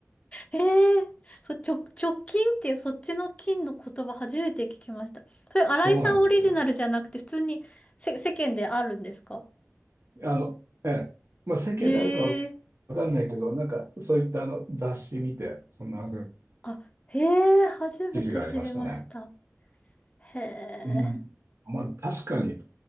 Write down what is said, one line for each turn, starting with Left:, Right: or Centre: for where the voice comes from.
Left: ええそ、直、直近っていうそっちの金の言葉初めて聞きました。それ、新井さんオリジナルじゃなくて、
Right: そうなんですよ。
Left: 普通にせ、世間であるんですか
Right: あの、ええ。まあ、世間であるかわかんないけど、
Left: ええ
Right: なんか、そういったあの雑誌見て、そんな風に
Left: あ、へえ、初めて知りました。
Right: 記事がありましたね。
Left: へえ。
Right: うんまあ、確かに、